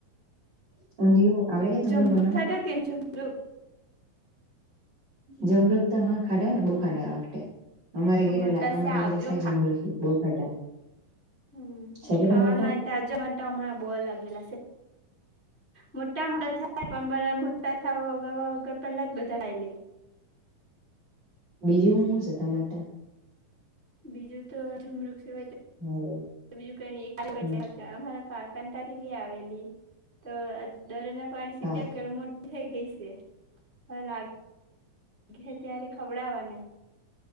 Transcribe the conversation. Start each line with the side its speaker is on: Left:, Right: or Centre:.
Right: <unintelligible>
Centre: ઝમરૂક
Right: બનાવતા
Centre: ખાધો કે ની ઝમરૂક?
Right: ઝામરૂક તો હા, ખાધાને બો ખાધા આ વખતે અમારા
Centre: અમાર
Right: ઘરે,
Centre: પાસે
Right: અમારા
Centre: આવજો
Right: ઘેરે છે, જામરુખી બો ખાધા
Centre: હમ્મ,
Right: છે કે
Centre: ખાવાનાય
Right: ટમાટા
Centre: હોઈ તો આવજો મારે ત્યાં હમણાં બો લાગેલા છે. મોટા મોટા થાય પણ બધા મોટા ખાવા વગાવા વગર, પેહલા જ બધા ખાઈ લે
Right: બીજું હું હું છે, તમારી ત્યાં?
Centre: બીજું તો ઝમરૂક સિવાઈ
Right: હલો
Centre: બીજું કઈની <unintelligible> કાકાની
Right: હમ
Centre: ત્યાંથી લી આવેલી તો અહ દરરોજના પાણી સીપ્યા
Right: હા
Centre: કરે મોટ ટી થઈ ગઈ સે. હવે લાગેહે ત્યારે ખવડાવાને